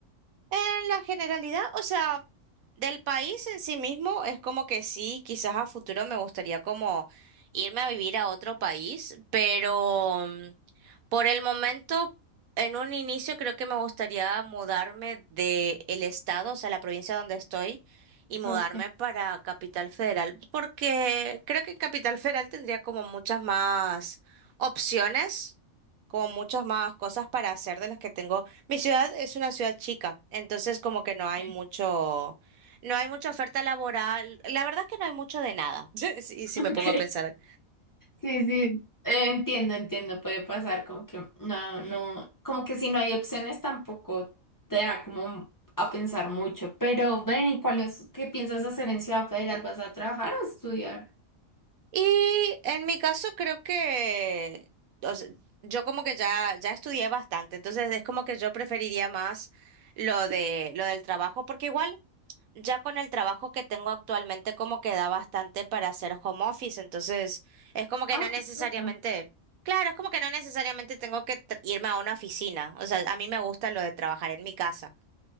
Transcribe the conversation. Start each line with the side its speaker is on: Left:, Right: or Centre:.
Right: En la generalidad, o sea, del país en sí mismo es como que sí, quizás a futuro me gustaría como irme a vivir a otro país, pero... mm, Por el momento, en un inicio creo que me gustaría mudarme de el estado, o sea, la provincia donde estoy, y mudarme
Left: Ok.
Right: para Capital Federal, porque creo que en Capital Federal tendría como muchas más opciones, como muchas más cosas para hacer de las que tengo. Mi ciudad es una ciudad chica, entonces como que no hay
Left: <laughs>
Right: mucho, no hay mucha oferta laboral. La verdad es que no hay mucho de nada, <laughs> si, si
Left: Ok.
Right: me pongo a pensar.
Left: Sí, sí. Eh, Entiendo, entiendo, puede pasar como que no, no, como que si no hay opciones tampoco te da como a pensar mucho. Pero ven, ¿y cuál es, qué piensas hacer en Ciudad Federal? ¿Vas a trabajar o estudiar?
Right: Y en mi caso creo que, o sea, yo como que ya, ya estudié bastante, entonces es como que yo preferiría más lo de, lo del trabajo, porque igual ya con el trabajo que tengo actualmente como que da bastante para hacer home office, entonces es como que
Left: Ah,
Right: no necesariamente,
Left: perfecto.
Right: claro, es como que no necesariamente tengo que tr- irme a una oficina, o sea, a mí me gusta lo de trabajar en mi casa.